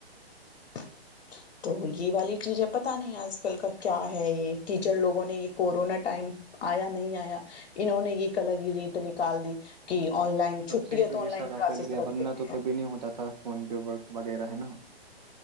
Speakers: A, on the left; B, on the right.
A: <inaudible> تو یہ والی چیز ہے پتہ نہیں اج کل کا کیا ہے یہ ٹیچر لوگوں نے یہ کورونا ٹائم آیا نہیں آیا انہوں نے ایک الگ ریت نکال دی کہ آن لائن چھٹی
B: تب سے ہی
A: ہے
B: تو یہ
A: آن لائن
B: سارا
A: کلاسز
B: پھیل گیا
A: رکھ
B: ورنہ
A: دیتے
B: تو
A: ہیں
B: کبھی نہیں ہوتا تھا فون پہ ورک وغیرہ ہے نا